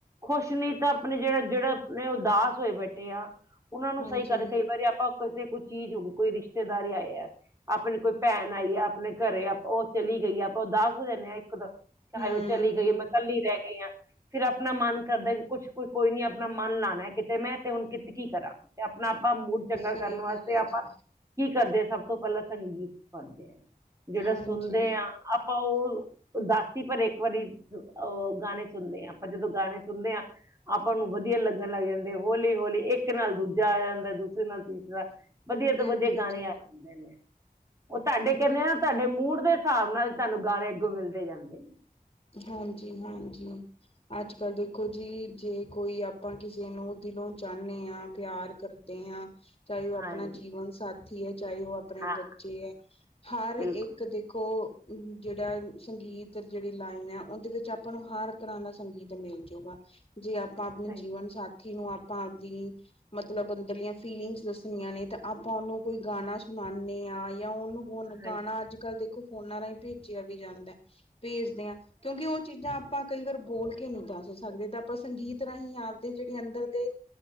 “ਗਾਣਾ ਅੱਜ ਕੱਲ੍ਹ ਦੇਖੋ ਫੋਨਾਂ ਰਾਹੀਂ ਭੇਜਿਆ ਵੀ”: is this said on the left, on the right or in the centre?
Left